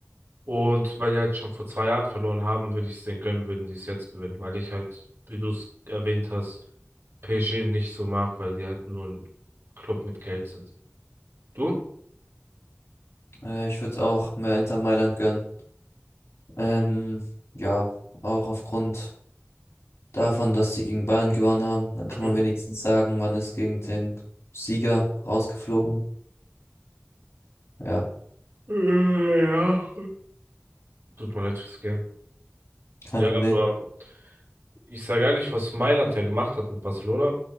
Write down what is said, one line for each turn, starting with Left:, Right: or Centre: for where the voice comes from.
Right: Und weil die halt schon vor zwei Jahren verloren haben, würde ich es denen gönnen, würden die es jetzt gewinnen, weil ich halt, wie du es erwähnt hast, PSG nicht so mag, weil die halt nur ein Club mit Geld sind. Du?
Left: äh, ich würde auch mehr Inter Mailand gönnen. Ähm, ja, auch aufgrund davon, dass sie gegen Bayern gewonnen haben. Dann kann
Right: Mhm.
Left: man wenigstens sagen, man ist gegen den Sieger rausgeflogen. Ja,
Right: Äh, Ja. Tut mir leid fürs Game.
Left: kein
Right: Ja,
Left: Problem.
Right: aber ich sage ehrlich, was Mailand ja gemacht hat mit Barcelona,